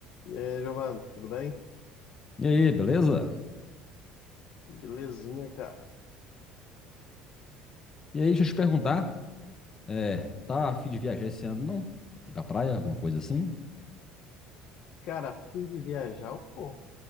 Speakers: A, on the left (about 55°); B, on the left (about 25°).
A: E aí, Giovanni, tudo bem?
B: E aí, beleza?
A: Belezinha, cara.
B: E aí, deixa eu te perguntar, é, tá a fim de viajar esse ano, não? Ir pra praia, alguma coisa assim?
A: Cara, a fim de viajar, pô,